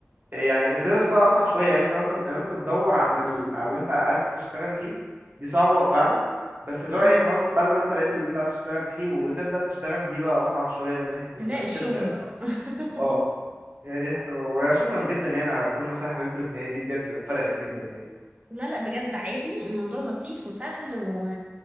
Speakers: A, on the right (about 45°); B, on the right (about 30°).
A: يعني الليفل بقى اصعب شويه يعني انت مثلا ان انت تدور عن ال... على اللي انت عايز تشتغل فيه دي صعبه فعلا بس اللي هو ايه
B: مم.
A: انت خلاص بعد ما انت لقيت اللي انت عايز تشتغل فيه وتبدا تشتغل دي بقى اصعب شويه من ناحيه ان
B: تلاقي
A: انت
B: الشغل
A: تبدا الشغل
B: بقى <laughs>
A: اه هي دي حتى وشكرا جدا يعني على كل النصايح اللي انت قلتها لي دي بجد فرقت جدا يعني
B: لا لا بجد عادي الموضوع لطيف وسهل و...